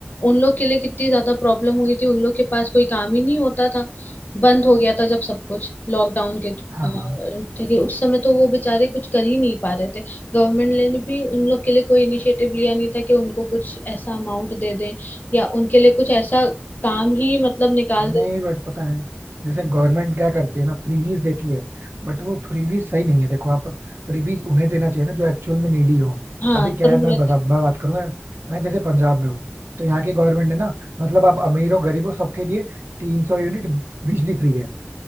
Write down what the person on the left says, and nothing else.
उन लोग के लिए कितनी ज्यादा प्रॉब्लम हुई थी उन लोग के पास कोई काम ही नहीं होता था बंद हो गया था जब सब कुछ लॉकडाउन के अ,
ठीक है उस समय तो वो बेचारे कुछ कर ही नहीं पा रहे थे गवर्नमेंट ने भी उन लोग के लिए कोई इनिशिएटिव लिया नहीं था कि उनको कुछ ऐसा अमाउंट दे दें या उनके लिए कुछ ऐसा काम ही मतलब निकाल
दे
हाँ
जरूर
रहता
है।